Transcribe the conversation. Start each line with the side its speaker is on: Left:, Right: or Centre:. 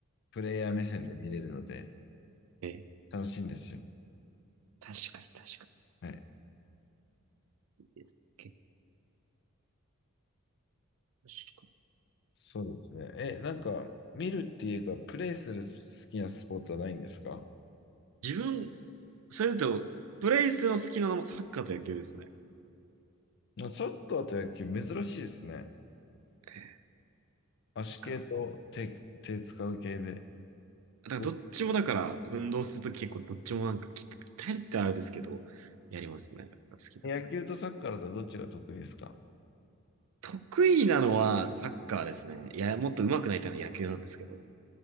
Left: プレイヤー目線で見れるので、
Right: ええ。
Left: 楽しいんですよ。
Right: 確かに確か
Left: はい。
Right: に。いいです。結構確かに
Left: そうですね。え、なんか、見るっていうか、プレイする好きなスポーツはないんですか
Right: 自分、それだと、プレイスの好きなのもサッカーと野球ですね。
Left: なサッカーと野球、珍しいですね。
Right: ええ
Left: 足系と手、
Right: なんか、
Left: 手使う系で。
Right: だからどっちもだから、
Left: ど
Right: 運動するとき結構どっちもなんかき鍛えるってあれですけど、やりますね。好きだ。
Left: 野球とサッカーだとどっちが得意ですか
Right: 得意なのはサッカーですね。いや、もっと上手くなりたいのは野球なんですけど。